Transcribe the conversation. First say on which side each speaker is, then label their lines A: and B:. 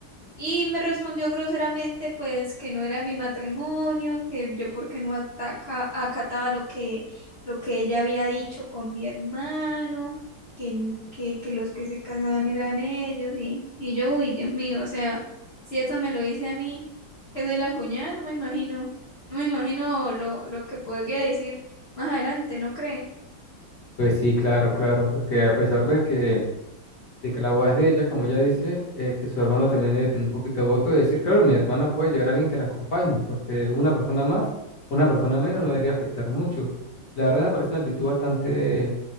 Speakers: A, on the left; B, on the left.
A: Y me respondió groseramente, pues, que no era mi matrimonio, que yo porque no ataca, acataba lo que, lo que ella había dicho con mi hermano, que, n- que, que los que se casaban eran ellos, y, y yo, uy, Dios mío, o sea, si eso me lo dice a mí, que soy la cuñada, no me imagino, no me imagino lo, lo que podría decir más adelante, ¿no cree?
B: Pues sí, claro, claro, porque a pesar de que de que la boda es de ella, como ella dice, este, su hermano también debe tener un poquito de voto de decir, claro, mi hermana puede llevar a alguien que la acompañe, porque una persona más, una persona menos no debería afectar mucho. La verdad me parece una actitud bastante,